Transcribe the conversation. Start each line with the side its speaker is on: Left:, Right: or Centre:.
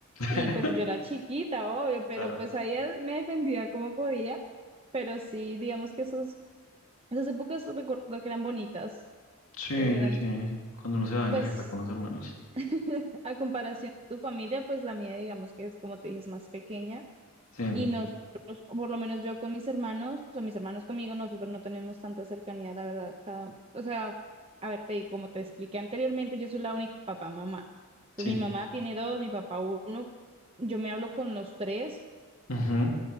Left: <laughs>
Right: Y pues yo era chiquita, obvio, pero
Left: Claro.
Right: pues ahí eh, me defendía como podía. Pero sí, digamos que esos, esas épocas recuerdo que eran bonitas,
Left: Sí,
Right: eh, eran
Left: sí, sí. Cuando uno se va en
Right: pues
Left: la jeta con los hermanos.
Right: <laughs> a comparación de tu familia, pues la mía, digamos que es como tú dices, más pequeña
Left: Sí,
Right: y nosotros, o por lo menos yo con mis hermanos, o mis hermanos conmigo, nosotros no tenemos tanta cercanía, la verdad. cada- o sea, a ver, te digo, como te expliqué anteriormente, yo soy la única papá, mamá. Pues
Left: sí.
Right: mi mamá tiene dos, mi papá uno. Yo me hablo con los tres,
Left: Ujú,